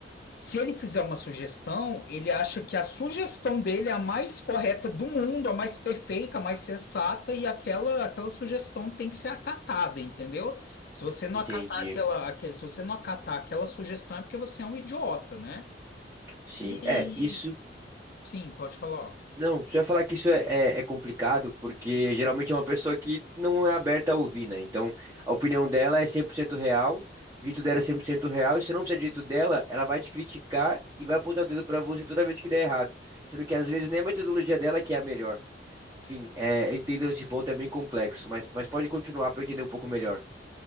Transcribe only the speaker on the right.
Entendi.
Sim.
É, isso
Não, você ia falar que isso é, é- é complicado, porque geralmente é uma pessoa que não é aberta a ouvir, né? Então, a opinião dela é 100% real, o jeito dela é 100% real, e se não fizer do jeito dela, ela vai te criticar e vai apontar o dedo pra você toda vez que der errado. Sendo que às vezes nem a metodologia dela que é a melhor. Enfim, é, eu entendo esse ponto, é bem complexo, mas, mas pode continuar pra eu entender um pouco melhor.